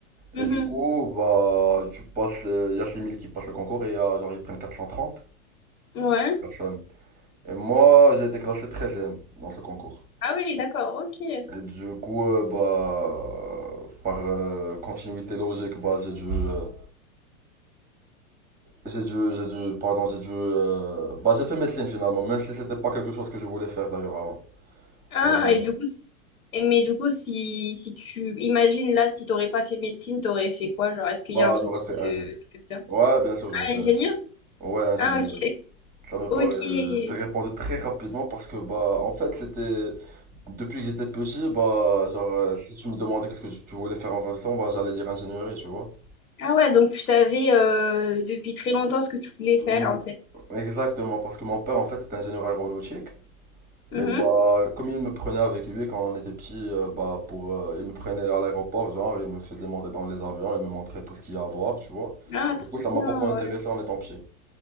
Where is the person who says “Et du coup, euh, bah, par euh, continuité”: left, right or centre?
Right